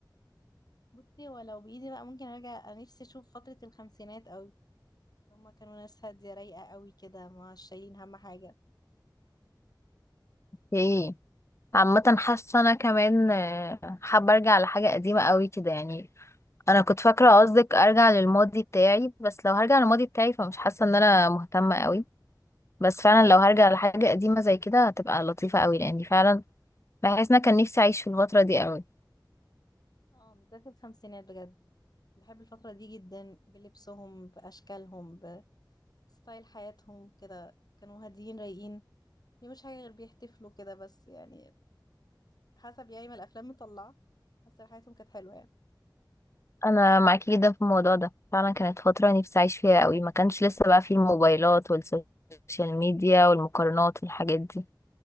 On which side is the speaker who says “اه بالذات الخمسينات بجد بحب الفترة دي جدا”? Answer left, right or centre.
Left